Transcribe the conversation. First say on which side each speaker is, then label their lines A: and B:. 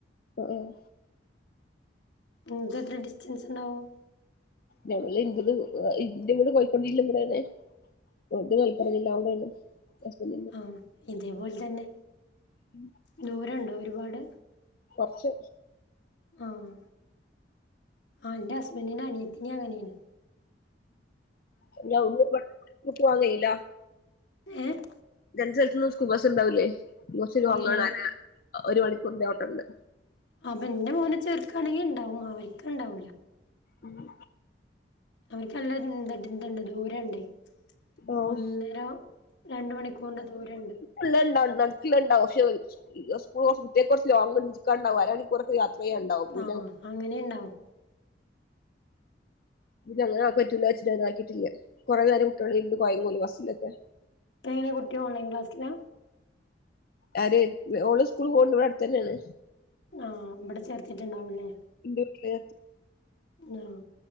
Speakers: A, on the left; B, on the left.
A: അഏഹ്
B: ഇങ്ങക്കെത്ര ഡിസ്റ്റൻസ്ണ്ടാവും
A: ഞങ്ങള് ഇൻ്റത് ഇൻ്റെ വീട് കോഴിക്കോട് ജില്ല ഇവിടന്നെ ഓൽത് മലപ്പുറം ജില്ല അവിടേണ് ഹസ്ബൻഡ്ൻ്റെ
B: ആഹ് ഇതേപോലെ തന്നെ
A: <unintelligible>
B: ദൂരണ്ടോ ഒരുപാട്
A: കൊർച്ച്
B: ആഹ് ആഹ് ഇന്റെ ഹസ്ബൻഡ്ൻ്റെ അനിയത്തിന്റെം അങ്ങനേണ്
A: ഇനി അവ്ട്ന്ന്ങ്ങട്ട് പോവാം കയ്യില്ല
B: ഏഹ്
A: രണ്ട് സ്ഥൽത്ത്ന്നും സ്കൂബസ് ഇണ്ടാവൂലെ കൊർച്ച് ലോങ്ങാണ്
B: ഇല്ല
A: <unintelligible> ഒരു മണിക്കൂർന്റെ ഓട്ടണ്ട്
B: അപ്പൊ ഇന്റെ മോന് ചെർക്കാണെങ്കി ഇണ്ടാവും അവര്ക്ക് ഇണ്ടാവൂല്ല
A: ആഹ്
B: അവർക്കനല്ല <unintelligible> ദൂരണ്ടെ
A: ആഹ്
B: ഒന്നര രണ്ട് മണിക്കൂറിന്റെ ദൂരണ്ട്
A: ഇല്ലണ്ടാവ നടക്കില്ലണ്ടാവും ക്ഷേ സ്കൂൾ കൊറച്ച് കുട്ട്യ കൊറച്ച് ലോങ്ങിണ്ട ഇഞ്ചിക്കാണ്ടാവും അര കുറക്കെ യാത്രെയണ്ടാവും പിന്നെ
B: ആഹ് അങ്ങനെണ്ടാവും
A: പിന്നെ അങ്ങനാ ആൾക്ക് പറ്റൂലാച്ചിട്ട് അങ്ങനാക്കിട്ടില്ല കൊറെനേരം കുട്ടി ഓള് ഇര്ന്ന കൊയങ്ങൂ ഓല് ബസ്സിലൊക്കെ
B: ഇപ്പെങ്ങനെ കുട്ടി ഓൺലൈൻ ക്ലാസ്സിലാ
A: അര് ഓള് സ്കൂൾ പോവ്ണ്ട് ഇവടട്ത്തന്നേണ്
B: ആഹ് ഇബടെ ചേർത്തീട്ട്ണ്ടാവൂല്ലേ
A: ഇന്റെ വീട്ടില്
B: ആഹ്